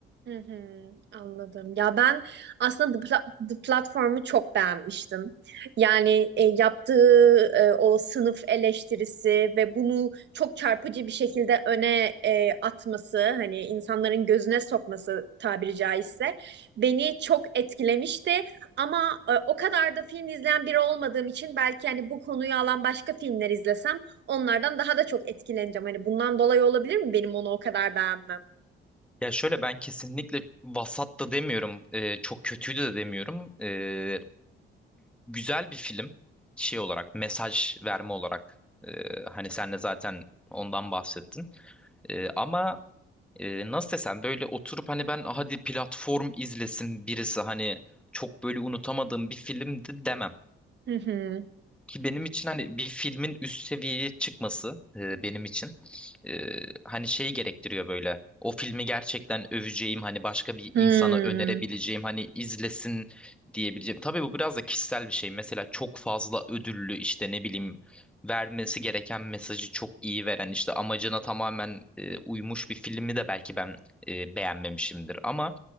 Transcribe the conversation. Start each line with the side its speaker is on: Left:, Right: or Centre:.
Right: Hı hı, anladım. Ya ben aslında The, Pla- The Platform'u çok beğenmiştim. Yani e, yaptığı e, o sınıf eleştirisi ve bunu çok çarpıcı bir şekilde öne e, atması, hani insanların gözüne sokması tabiri caizse beni çok etkilemişti. Ama e, o kadar da film izleyen biri olmadığım için belki hani bu konuyu alan başka filmler izlesem onlardan daha da çok etkileneceğim. Hani bundan dolayı olabilir mi benim onu o kadar beğenmem?
Centre: Ya şöyle ben kesinlikle vasat da demiyorum, e, çok kötüydü de demiyorum. E, güzel bir film şey olarak, mesaj verme olarak. E, hani sen de zaten ondan bahsettin. E, ama e, nasıl desem böyle oturup hani ben hadi platform izlesin birisi hani çok böyle unutamadığım bir filmdi demem.
Right: Hı hı.
Centre: Ki benim için hani bir filmin üst seviyeye çıkması e, benim için e, hani şey gerektiriyor böyle. O filmi gerçekten öveceğim hani başka bir
Right: Hmm,
Centre: insana önerebileceğim hani izlesin diyebileceğim. Tabii bu biraz da kişisel bir şey. Mesela çok fazla ödüllü işte ne bileyim vermesi gereken mesajı çok iyi veren işte amacına tamamen e, uymuş bir filmi de belki ben e, beğenmemişimdir. Ama